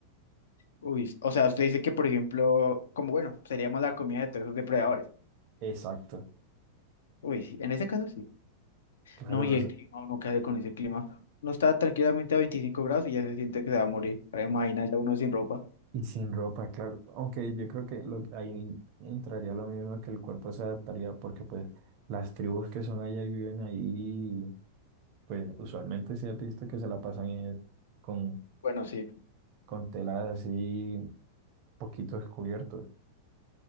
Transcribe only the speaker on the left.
Uy, o sea, usted dice que, por ejemplo, como bueno, sería más la comida de todos esos depredadores.
Uy, sí, en ese caso sí.
No, y
el clima, uno qué hace con ese clima. Uno está tranquilamente a 25 grados y ya se siente que se va a morir. Ahora Imagina ya uno sin ropa.
Bueno, sí.